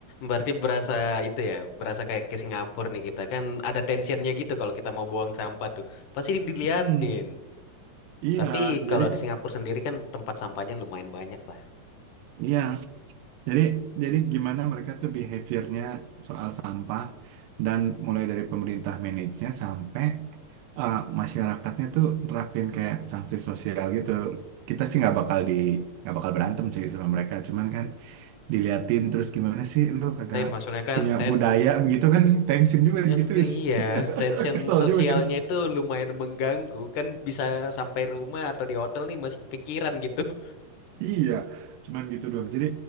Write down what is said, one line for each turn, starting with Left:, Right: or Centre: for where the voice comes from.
Left: berarti berasa itu ya, berasa kayak ke Singapura nih kita kan ada tensionnya gitu kalau kita mau buang sampah tuh. Pasti diliatin.
Right: hmm iya
Left: Tapi
Right: jadi
Left: kalau di Singapura sendiri kan tempat sampahnya lumayan banyak lah.
Right: iya jadi jadi gimana mereka tuh behaviornya soal sampah dan mulai dari pemerintah manage-nya sampai uh, masyarakatnya tuh nerapin kayak sanksi sosial gitu kita sih nggak
Left: Hmm.
Right: bakal di nggak bakal berantem sih sama mereka cuman kan diliatin terus gimana sih lu kagak
Left: Tapi maksudnya kan
Right: punya
Left: ten
Right: budaya begitu kan tensin juga digituin
Left: itu tuh iya, <laughs>
Right: <laughs>
Left: tension
Right: kesel
Left: sosialnya
Right: juga gitu
Left: itu lumayan mengganggu. Kan bisa sampai rumah atau di hotel nih masih kepikiran gitu. <laughs>
Right: iya cuman gitu doang jadi